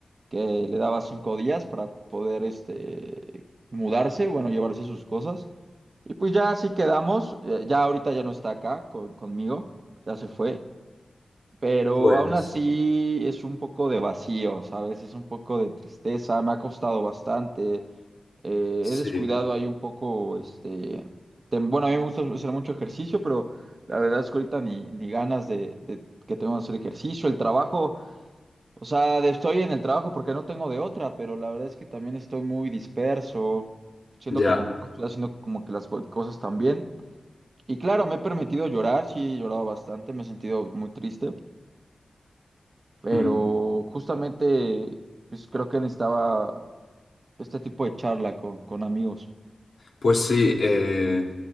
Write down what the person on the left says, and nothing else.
pues
sí,
ya.
Mm.
Pues sí, eh,